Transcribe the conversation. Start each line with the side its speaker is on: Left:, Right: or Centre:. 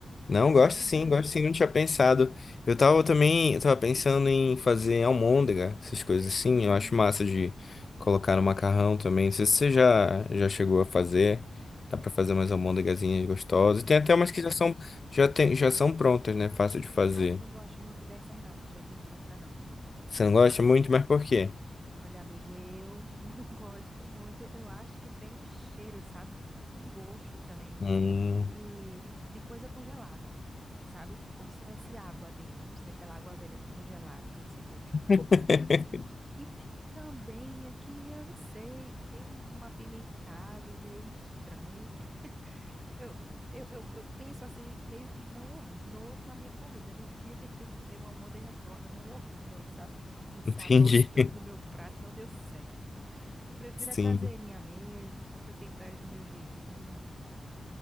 Left: Não, gosto
Right: É, é verdade.
Left: sim, gosto sim, não tinha pensado. Eu tava também, eu tava pensando em fazer almôndega, essas coisas assim.
Right: Hum,
Left: Eu acho massa de colocar no macarrão também. Não sei se você já, já chegou a fazer. Dá pra fazer umas almôndegazinhas gostosas.
Right: sim.
Left: Tem até umas que já são, já tem, já são prontas, né? Fácil de fazer.
Right: Ah, eu não gosto muito dessas, não, que já vem pronta, não.
Left: Você não gosta muito, mas por quê?
Right: Olha, amigo, eu <laughs> não gosto muito. Eu acho que tem um cheiro, sabe? Um gosto também.
Left: Hum,
Right: de, de, de coisa congelada, sabe? Como se tivesse água dentro, não sei, aquela água velha de congelar, tem esse gosto.
Left: <laughs>
Right: E também aqui, eu não sei, tem um, um apimentado meio estranho que <laughs> eu, eu, eu, eu penso assim, meio que não ornou com a minha comida. No dia que eu fui comer uma almôndega pronta, não ornou, sabe? Os sabores
Left: entendi.
Right: todos
Left: <laughs>
Right: no meu prato não deu certo. <laughs> Eu prefiro
Left: Sim.
Right: a caseirinha mesmo, sabe? Que eu tempero do meu jeitinho.